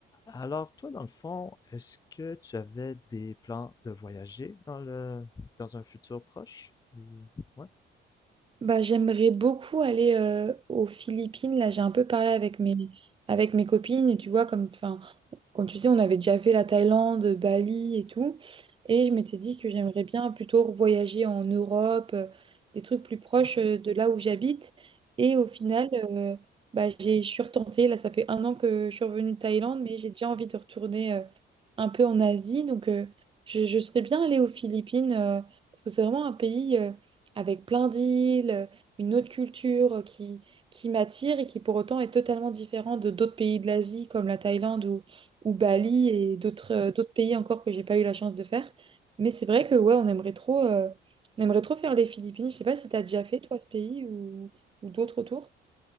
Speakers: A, on the left; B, on the right.
A: Alors, toi, dans le fond, est-ce que tu avais des plans de voyager dans le dans un futur proche ou ouais?
B: Bah, j'aimerais beaucoup aller euh, aux Philippines. Là, j'ai un peu parlé avec mes, avec mes copines. Et tu vois, comme, enfin, comme tu sais, on avait déjà fait la Thaïlande, Bali et tout. Et je m'étais dit que j'aimerais bien plutôt voyager en Europe, euh, des trucs plus proches euh, de là où j'habite. Et au final, euh, bah, j'ai, je suis retentée. Là, ça fait un an que je suis revenue de Thaïlande, mais j'ai déjà envie de retourner euh, un peu en Asie. Donc, euh, je, je serais bien allée aux Philippines euh, parce que c'est vraiment un pays. euh, avec plein d'îles, une autre culture euh, qui, qui m'attire et qui pour autant est totalement différente de d'autres pays de l'Asie comme la Thaïlande ou, ou Bali et d'autres euh, d'autres pays encore que j'ai pas eu la chance de faire. Mais c'est vrai que ouais, on aimerait trop, euh, on aimerait trop faire les Philippines. Je sais pas si tu as déjà fait toi ce pays ou, ou d'autres autour.